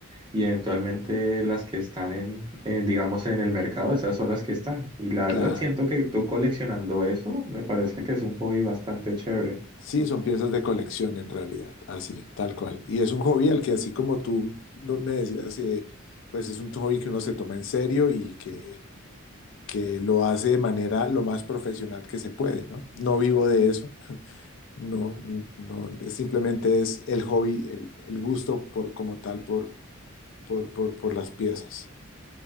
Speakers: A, on the right; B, on the left.
A: y eventualmente las que están en, eh, digamos, en el mercado, esas son las que están. Y la verdad
B: Claro.
A: siento que tú coleccionando eso, me parece que es un hobby bastante chévere.
B: Sí, son piezas de colección en realidad, así, tal cual. Y es un hobby al que así como tú no- me decías, eh, pues es un hobby que uno se toma en serio y que, que lo hace de manera lo más profesional que se puede, ¿no? No vivo de eso, no, no, simplemente es el hobby, el, el gusto por, como tal por, por, por, por las piezas.